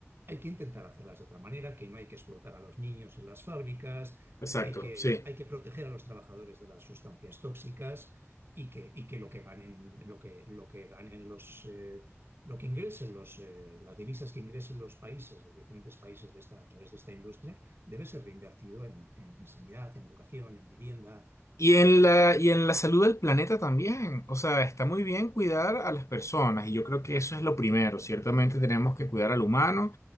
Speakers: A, on the right; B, on the left.
A: hay que intentar hacerlas de otra manera, que no hay que explotar a los niños en las fábricas,
B: Exacto,
A: que hay que,
B: sí.
A: hay que proteger a los trabajadores de las sustancias tóxicas y que, y que lo que ganen, lo que, lo que ganen los, eh, lo que ingresen los, eh, las divisas que ingresen los países, los diferentes países de esta, a través de esta industria, debe ser reinvertido en, en, en sanidad, en educación, en vivienda.
B: Y en la, y en la salud del planeta también. O sea, está muy bien cuidar a las personas y yo creo que eso es lo primero. Ciertamente tenemos que cuidar al humano